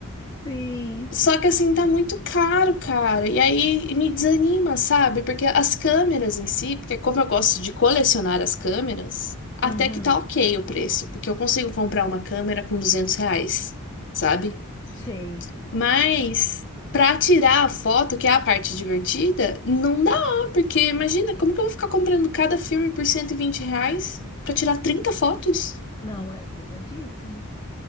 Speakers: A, on the left; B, on the left.
A: Sim.
B: Só que assim, tá muito caro, cara. E aí me desanima, sabe? Porque as câmeras em si, porque como eu gosto de colecionar as câmeras, até
A: Uhum.
B: que tá ok o preço, porque eu consigo comprar uma câmera com 200 reais, sabe?
A: Sei.
B: Mas para tirar a foto, que é a parte divertida, não dá, porque imagina, como que eu vou ficar comprando cada filme por 120 reais para tirar 30 fotos,
A: Não, é pesadíssimo.